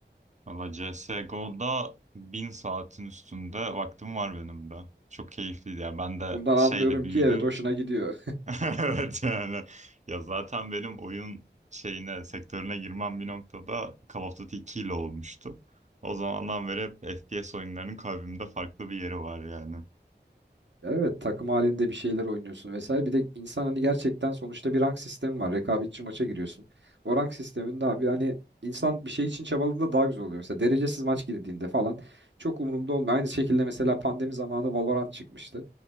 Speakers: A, on the right; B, on the right.
A: Valla CSGO'da bin saatin üstünde vaktim var benim de. Çok keyifliydi. Yani ben de
B: Bundan
A: şeyle
B: anlıyorum
A: büyüdüğüm
B: ki evet hoşuna
A: için
B: gidiyor.
A: <laughs> Evet yani ya zaten benim oyun şeyine sektörüne girmem bir noktada Call of Duty 2 ile olmuştu. O zamandan beri hep FPS oyunlarının kalbimde farklı bir yeri var yani.
B: Ya Evet takım halinde bir şeyler oynuyorsun vesaire. Bir de insan hani gerçekten sonuçta bir rank sistemi var. Rekabetçi maça giriyorsun. O rank sisteminde abi hani insan bir şey için çabaladığında daha güzel oluyor. Mesela derecesiz maç girdiğinde falan çok umurumda olmuyor. Aynı şekilde mesela pandemi zamanı Valorant çıkmıştı.